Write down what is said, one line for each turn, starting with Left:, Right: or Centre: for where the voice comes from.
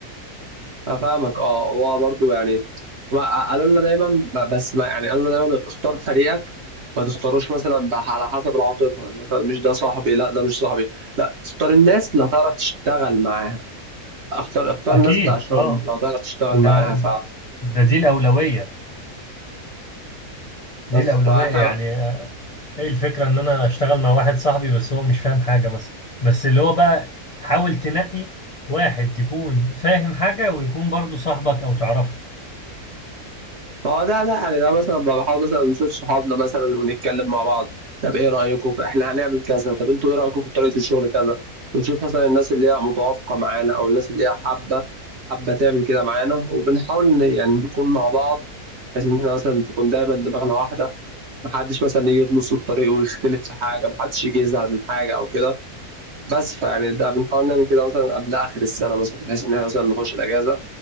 Right: افهمك اه هو برضو يعني ما- قالوا لنا دايما ب- بس ما يعني قالوا لنا دايما اختار فريقك ما تختاروش مثلا ب- على حسب العاطفه يعني مثلا مش ده صاحبي لا ده مش صاحبي لا اختار الناس اللي هتعرف تشتغل معاها اختار اختار
Left: اكيد
Right: ناس بتاع شغل
Left: اه
Right: لو تعرف تشتغل
Left: ده
Right: معاها فعلا
Left: ده دي الاولويه دي
Right: بس
Left: الاولويه
Right: فاحنا
Left: يعني ايه الفكره ان انا اشتغل مع واحد صاحبي بس هو مش فاهم حاجه مثلا بس اللي هو بقى حاول تنقي واحد يكون فاهم حاجه ويكون برضو صاحبك او تعرفه
Right: اه ده ده يعني ده مثلا بقى بحاول مثلا نشوف صحابنا مثلا ونتكلم مع بعض طب ايه رايكم احنا هنعمل كذا طب انتوا ايه رايكم في طريقه الشغل كذا ونشوف مثلا الناس اللي هي متوافقه معانا او الناس اللي هي حابه حابه تعمل كده معانا وبنحاول ن- يعني نكون مع بعض بحيث ان احنا مثلا تكون دايما دماغنا واحده محدش مثلا يجي في نص الطريق ويختلف في حاجه محدش يجي يزعل من حاجه او كده بس فيعني ده بنحاول نعمل كده مثلا قبل اخر السنه مثلا بحيث ان احنا مثلا نخش الاجازه